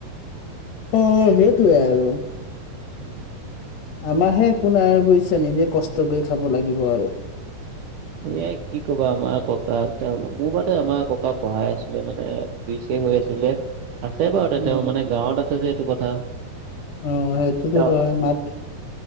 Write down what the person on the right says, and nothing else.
উম।
এয়া কি ক'বা আমাৰ ককা ত' মোৰ বাদে আমাৰ ককা পঢ়াই আছিলে মানে। বিছে হৈ আছিলে, আছে বাৰু
তে তেওঁ মানে গাঁৱত আছে যে এইটো কথা।
তেওঁ-